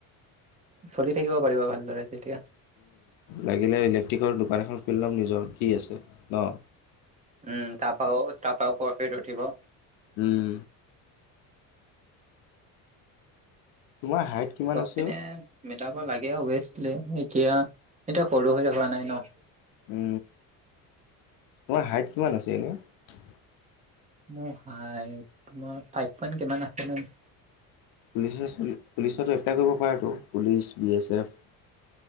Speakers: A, on the right (about 20°); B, on the left (about 70°).
A: চলি থাকিব পাৰিব ভালদৰে। তেতিয়া।
B: লাগিলে ইলেক্ট্ৰিকৰ দোকান এখন খুলি ল'ম নিজৰ কি আছে ন।
A: উম! তপা তপা প্ৰফিট উঠিব।
B: হম। তোমাৰ হাইট কিমান
A: চব
B: আছে
A: পিনে
B: অ
A: মিলাব লাগে অৱ। এতিয়া এতিয়া সৰু হৈ থকা নাই ন।
B: উ তোমাৰ হাইট কিমান আছে এনেই?
A: মোৰ হাইট তোমাৰ ফাইপপইন কিমান আছে ম।
B: পুলিচ পুলিচতো এপ্লাই কৰিব পাৰাতো পুলিচ বি এছ এফ।